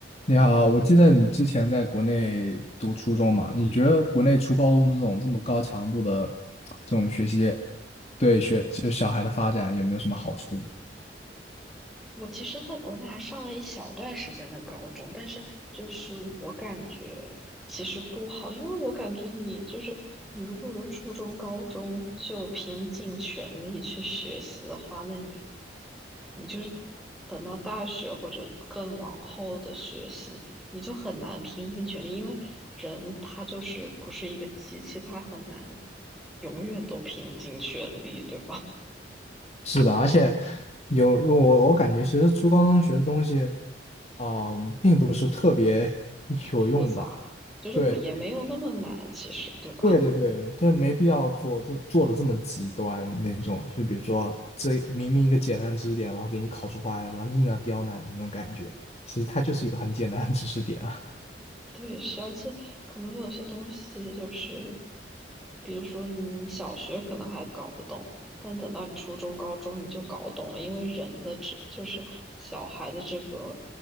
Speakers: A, on the left (about 35°); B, in the centre.
A: 你好，我记得你之前在国内读初中嘛？你觉得国内初高中这种这么高强度的这种学习，对学就小孩的发展有没有什么好处呢？
B: 我其实在国内还上了一小段时间的高中，但是就是我感觉其实不好，因为我感觉你就是你如果有初中、高中就拼尽全力去学习的话，那你你就是等到大学或者更往后的学习，你就很难拼尽全力，因为人他就是不是一个机器，他很难永远都拼尽全力，对吧？
A: 是的，而且有我我感觉，其实初高中学的东西，嗯，并不是特别 <laughs> 有用吧？
B: 复杂，就是不也没有那么难，
A: 对，
B: 其实对吧？
A: 对对对，这没必要做这做的这么极端那种，就比如说这明明一个简单知识点，然后给你考出花来，然后硬要刁难你那种感觉，其实它就是一个很简单的知识点啊。
B: 对，是，而且可能有些东西就是，比如说你你小学可能还搞不懂，但等到你初中、高中你就搞懂了，因为人的这就是小孩的这个